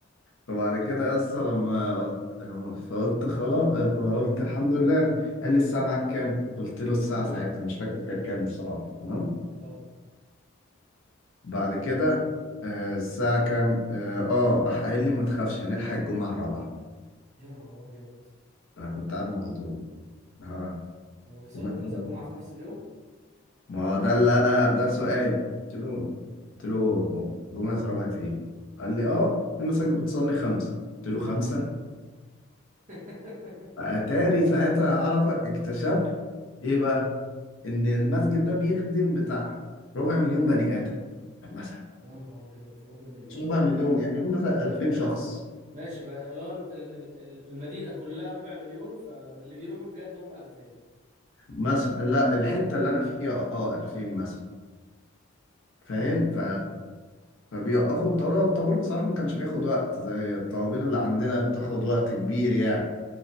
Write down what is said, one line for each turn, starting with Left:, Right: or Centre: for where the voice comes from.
Left: فبعد كده يا اسطى لما قلت فقلت خلاص فقلت الحمد لله قال لي الساعة معاك كام؟ قلت له الساعة ساعتها مش فاكر كانت كام بصراحة تمام؟
Right: اه
Left: بعد كده آه، الساعة كام؟ اه آه، راح قايل لي ما تخافش هنلحق الجمعة الرابعة
Right: يا نهار ابيض
Left: أنا كنت قاعد مصدوم ها،
Right: هما بيصلوا
Left: جمعة
Right: كذا
Left: الرابعة
Right: جمعه في نفس اليوم
Left: ما ده اللي أنا ده سؤالي قلت له قلت له جمعة الرابعة إيه؟ قال لي اه في مساجد بتصلي خمسة قلت له خمسة؟
Right: <laughs>
Left: أتاري ساعتها عرفة اكتشفت إيه بقى؟ ان المسجد ده بيخدم بتاع ربع مليون بني ادم مثلا
Right: يا نهار ابيض ربع مليون
Left: مش ربع مليون يعني قول مثلا 2000 شخص
Right: ماشي بقى اللي هو ال- ال- ال- ال- المدينه كلها ربع مليون فاللي بيروحوا بجد هم 2000
Left: مثلا لا الحته اللي انا فيها اه 2000 مثلا فاهم ف فبيوقفوا الطابور الطابور بصراحه ما كانش بياخد وقت زي الطوابير اللي عندنا بتاخد وقت كبير يعني